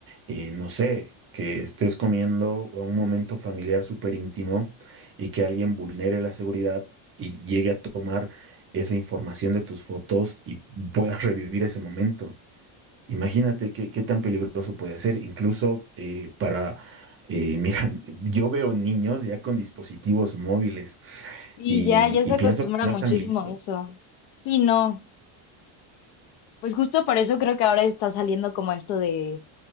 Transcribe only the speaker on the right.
eh, no sé, que estés comiendo o un momento familiar súper íntimo y que alguien vulnere la seguridad y llegue a tomar esa información de tus fotos y puedas <laughs> revivir ese momento. Imagínate qué, qué tan peligroso puede ser, incluso eh, para... eh, <laughs> mira, yo veo niños ya con dispositivos móviles
y,
y
pienso que no
están listos.